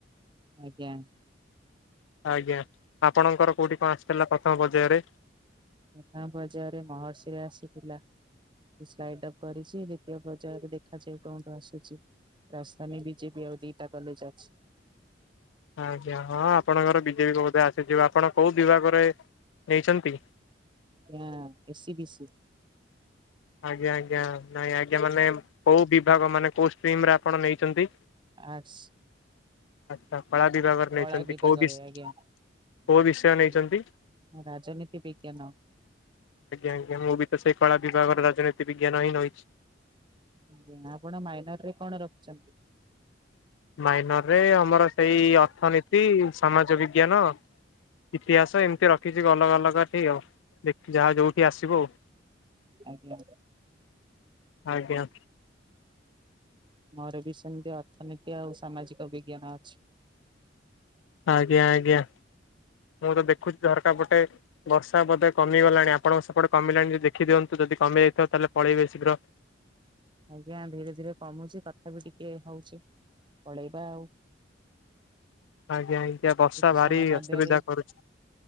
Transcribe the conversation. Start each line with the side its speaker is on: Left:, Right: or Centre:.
Right: ଆଜ୍ଞା।
Left: ଆଜ୍ଞା ଆପଣଙ୍କର କୋଉଠି କଣ ଆସିଥିଲା ପ୍ରଥମ ପର୍ଯ୍ୟାୟରେ?
Right: ପ୍ର ପର୍ଯ୍ୟାୟରେ ମହର୍ଷିରେ ଆସିଥିଲା। ସ୍ଲାଇଡ ଅପ୍ କରିଛି ଦ୍ୱିତୀୟ ପର୍ଯ୍ୟାୟରେ ଦେଖାଯାଉ କୋଉଠୁ ଆସୁଛି? ରାଜଧାନୀ ବିଜେପି ଆଉ ଦିଟା କଲେଜ ଅଛି।
Left: ଆଜ୍ଞା ହଁ ଆପଣଙ୍କର ବିଜେପି ବଧେ ଆସିଯିବ ଆପଣ କେଉଁ ବିଭାଗରେ ନେଇଛନ୍ତି?
Right: A A C B C.
Left: ଆଜ୍ଞା ଆଜ୍ଞା ନାଇଁ ଆଜ୍ଞା ମାନେ କେଉଁ ବିଭାଗ ମାନେ କେଉଁ ଷ୍ଟ୍ରିମରେ ଆପଣ ନେଇଛନ୍ତି?
Right: ହଁ ଆର୍ଟସ।
Left: ଆଚ୍ଛା କଳା ବିଭାଗ।
Right: କଳା
Left: ନେଇଛନ୍ତି
Right: ବିଭାଗରେ
Left: କୋଉ ବିଷ
Right: ଆଜ୍ଞା।
Left: କୋଉ ବିଷୟ ନେଇଛନ୍ତି?
Right: ହୁଁ ରାଜନୀତି ବିଜ୍ଞାନ
Left: ଆଜ୍ଞା ଆଜ୍ଞା ମୁଁ ବି ତ ସେଇ କଳା ବିଭାଗର ରାଜନୀତି ବିଜ୍ଞାନ ହିଁ ରହିଛି।
Right: ଆଜ୍ଞା ଆପଣ ମାଇନର ରେ କଣ ରଖିଛନ୍ତି?
Left: ମାଇନର ରେ ଆମର ସେଇ ଅର୍ଥନୀତି ସମାଜ ବିଜ୍ଞାନ ଇତିହାସ ଏମିତି ରଖିଛି କି ଅଲଗା ଅଲଗା ଠିକ ଆଉ। ଦେଖି ଯାହା ଯୋଉଠି ଆସିବ ଆଉ।
Right: ଆଜ୍ଞା।
Left: ଆଜ୍ଞା।
Right: ମୋର ବି ସେମିତି ଅର୍ଥନୀତି ଆଉ ସାମାଜିକ ବିଜ୍ଞାନ ଅଛି।
Left: ଆଜ୍ଞା ଆଜ୍ଞା ମୁଁ ତ ଦେଖୁଛି ଝରକା ପଟେ। ବର୍ଷା ବୋଧେ କମିଗଲାଣି ଆପଣଙ୍କ ସେପଟେ କମିଲାଣିଦ ଦେଖି ଦିଅନ୍ତୁ ଯଦିମ ଯାଇଥାିବ ତାହେଲେ ପଳେଇବେ ଶୀଘ୍ର।
Right: ଆଜ୍ଞା ଧୀରେ ଧୀରେ କମୁଛି କଥା ବି ଟିକେ ହଉଛି ପଳେଇବା ଆଉ।
Left: ଆଜ୍ଞା ଆଜ୍ଞା ବର୍ଷା
Right: କିଛି
Left: ଭାରି
Right: ସମୟ ମଧ୍ୟରେ
Left: ଅସୁବିଧା କରୁଛି।